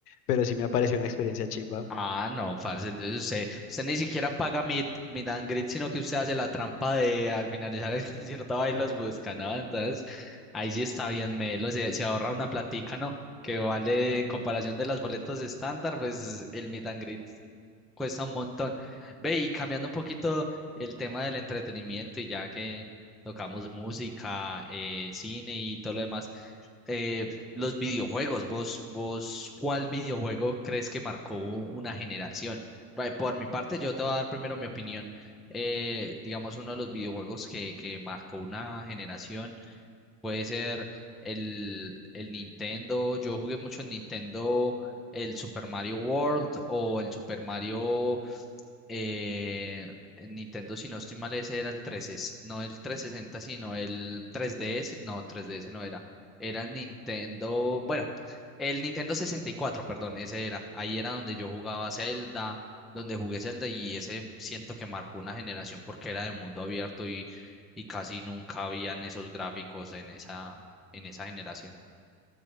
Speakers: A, on the left (about 70°); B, in the centre.
A: pero sí me ha parecido una experiencia chimba.
B: Ah, no, parce, entonces usted, usted ni siquiera paga Meet, Meet and greet, sino que usted hace la trampa de al finalizar el <laughs> concierto va y los
A: <laughs>
B: busca, ¿no? Entonces, ahí sí está bien melo, se, se ahorra una platica, ¿no? Que vale, en comparación de las boletas estándar, pues el Meet and greet cuesta un montón. Ve, y cambiando un poquito el tema del entretenimiento, y ya que tocamos música, eh, cine y todo lo demás eh, los videojuegos, vos, vos, ¿cuál videojuego crees que marcó una generación? Vale, Por mi parte, yo te voy a dar primero mi opinión. Eh, digamos, uno de los videojuegos que, que marcó una generación puede ser el, el Nintendo. Yo jugué mucho en Nintendo, el Super Mario World o el Super Mario eh, en Nintendo, si no estoy mal, ese era el 13, no el trescientos sesenta, sino el 3DS, no, 3DS no era, era el Nintendo, bueno, el Nintendo 64, perdón, ese era, ahí era donde yo jugaba Zelda, donde jugué Zelda y ese siento que marcó una generación porque era de mundo abierto y, y casi nunca habían esos gráficos en esa, en esa generación.